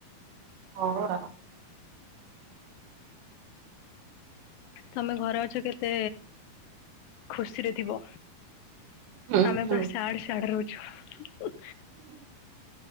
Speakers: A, on the right (about 70°); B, on the left (about 80°).
A: ହଉ ଆଉ।
B: ତମେ ଘରେ ଅଛ କେତେ ଖୁସିରେ ଥିବ?
A: ହୁଁ
B: ଆମେ
A: ହୁଁ।
B: ବା ସ୍ୟାଡ ସାଡ ରହୁଛୁ।